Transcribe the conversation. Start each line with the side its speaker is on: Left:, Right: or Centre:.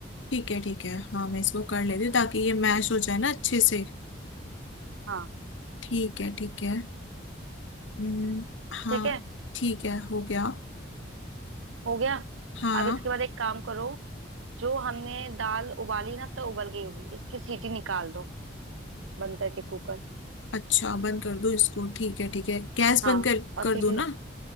Left: ठीक है ठीक है हाँ मैं इसको कर लेती हूँ ताकि ये मैश हो जाए ना अच्छे से
Right: हाँ
Left: ठीक है ठीक है हम्म हाँ
Right: ठीक है
Left: ठीक है हो गया
Right: हो गया
Left: हाँ
Right: अब इसके बाद एक काम करो जो हमने दाल उबाली ना अब तो उबल गई होगी इसकी सीटी निकाल दो बंद करके कुकर
Left: अच्छा बंद कर दो इसको ठीक है ठीक है गैस
Right: हाँ
Left: बंद कर
Right: और
Left: कर
Right: सीटी
Left: दो ना